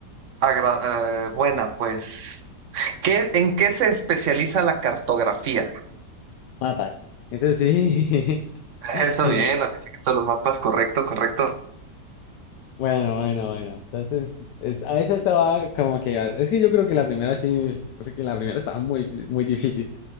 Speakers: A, on the right (about 60°); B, on the left (about 85°).
A: agra- eh, buena, pues. ¿Qué, en qué se especializa la cartografía?
B: Mapas. Eso sí. <laughs>
A: Eso
B: El-
A: bien, así sé que están los mapas, correcto, correcto.
B: Bueno, bueno, bueno. Entonces, es- a esa estaba como que... Es que yo creo que la primera sí, fue que la primera estaba muy, muy difícil.